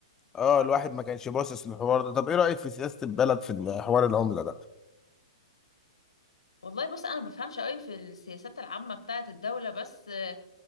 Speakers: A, on the left (about 15°); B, on the left (about 80°).
A: اه الواحد ما كانش باصص للحوار ده طب ايه رايك في سياسه البلد في حوار العمله ده
B: والله بص انا ما بفهمش قوي في السياسات العامه بتاعه الدوله بس آه،